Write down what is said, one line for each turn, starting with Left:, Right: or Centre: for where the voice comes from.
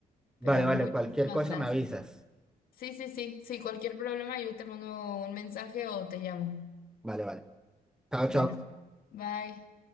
Centre: Vale,
Left: Pero muchísimas
Centre: vale, cualquier cosa
Left: gracias.
Centre: me avisas.
Left: Sí, sí, sí, sí, cualquier problema yo te mando un mensaje o te llamo.
Centre: Vale, vale. Chao,
Left: Bueno,
Centre: chao.
Left: bye.